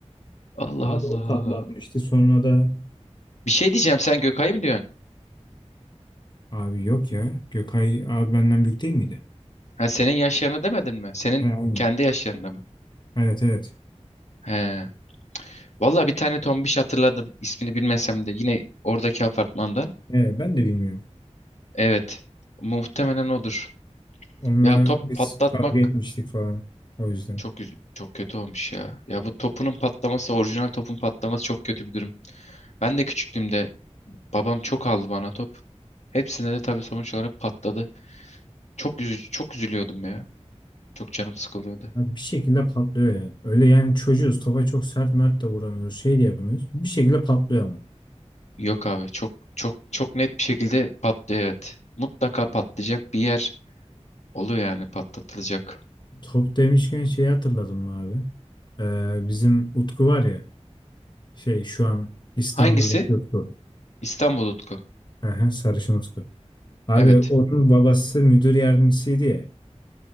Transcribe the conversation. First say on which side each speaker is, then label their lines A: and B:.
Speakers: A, on the left; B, on the left.
A: Allah
B: Abi
A: Allah.
B: o patlatmıştı. Sonra da
A: Bir şey diyeceğim sen Gökay mı diyorsun?
B: abi yok ya. Gökay abi benden büyük değil miydi?
A: Ha, senin yaşlarını demedin mi? Senin
B: He, aynen.
A: kendi yaşlarında mı?
B: Evet evet.
A: He. Valla bir tane tombiş hatırladım. İsmini bilmesem de yine oradaki apartmandan.
B: He, ben de bilmiyorum.
A: Evet. Muhtemelen odur.
B: Onunla
A: Ya top
B: biz
A: patlatmak
B: kavga etmiştik falan. O yüzden.
A: çok üz- çok kötü olmuş ya. Ya bu topunun patlaması, orijinal topun patlaması çok kötü bir durum. Ben de küçüklüğümde babam çok aldı bana top. Hepsine de tabii sonuç olarak patladı. Çok üzü çok üzülüyordum ya. Çok canım sıkılıyordu.
B: Abi bir şekilde patlıyor ya. Öyle yani çocuğuz. Topa çok sert mert de vuramıyoruz. Şey de yapamıyoruz. Bir şekilde patlıyor ama.
A: Yok abi çok çok çok net bir şekilde patlıyor evet. Mutlaka patlayacak bir yer oluyor yani patlatılacak.
B: Top demişken şeyi hatırladım mı abi? Ee, bizim Utku var ya. Şey şu an İstanbul'daki
A: Hangisi?
B: Utku.
A: İstanbul Utku.
B: Aha, sarışın Utku. Abi
A: Evet.
B: onun babası müdür yardımcısıydı ya.